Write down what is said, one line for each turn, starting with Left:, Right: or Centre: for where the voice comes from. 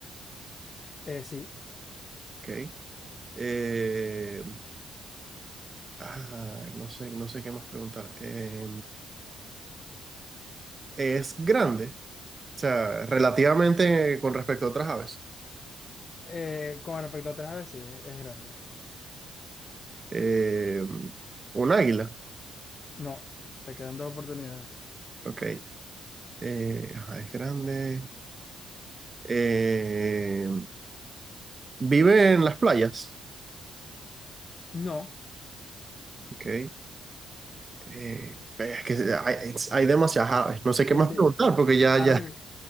Left: eh, sí.
Right: Ok. Eh, ah, no sé, no sé qué más preguntar. Eh, es grande. O sea, relativamente con respecto a otras aves.
Left: Eh, con respecto a otras aves, sí, es, es grande.
Right: Eh, un águila,
Left: No, te quedan dos oportunidades.
Right: ok. Eh, ajá, es grande. Eh, vive en las playas,
Left: No,
Right: ok. Eh, es que hay, es- hay demasiadas aves. No sé qué
Left: sí,
Right: más
Left: sí.
Right: preguntar porque ya,
Left: A
Right: ya.
Left: ver,